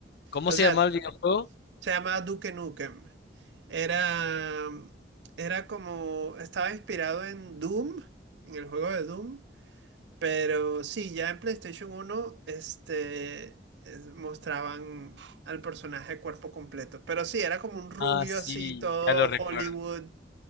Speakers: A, on the left; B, on the right.
A: ¿Cómo
B: O
A: se
B: sea,
A: llamaba el videojuego?
B: se llamaba Duke Nukem. Era, era como, estaba inspirado en Doom, en el juego de Doom, pero sí, ya en PlayStation uno, este, es- mostraban al personaje cuerpo completo. Pero sí, era como un rubio
A: Ah, sí,
B: así, todo
A: ya lo recuerdo.
B: Hollywood,